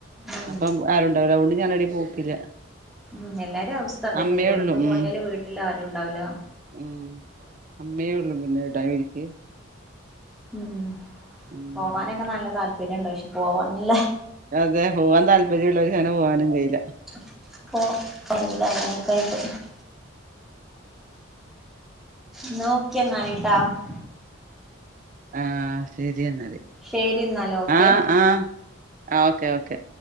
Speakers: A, in the centre; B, on the right.
A: ഉം.
B: അപ്പം ആരുണ്ടാവൂല അ ഓണ്ട് ഞാൻ ഏടീം പോക്കില്ല.
A: ഉം എല്ലാരെ അവസ്ഥ അതന്നെ
B: അമ്മയേ
A: ജോലിക്ക്
B: ഉള്ളൂ ഉം
A: പോയാല് വീട്ടില് ആരുണ്ടാവില്ലാ.
B: ഉം അമ്മേ ഉള്ളൂ പിന്നീടെ ഇവരിക്ക്.
A: ഉം
B: ഉം
A: പോവാനൊക്കെ
B: വേറെ ആരുല്ല
A: നല്ല താല്പര്യണ്ട് പക്ഷെ പോവാനുള്ളെ
B: അതെ പോവാൻ താല്പര്യള്ളോര്ക്ക് അങ്ങനെ പോകാനും കയില്ല.
A: <unintelligible> ന്നാ ഓക്കേ എന്നാല് ട്ട.
B: ആഹ് ശരി എന്നാല്
A: ശരി എന്നാല് ഓക്കെ
B: ആഹ് ആഹ് ഓക്കെ ഓക്കെ.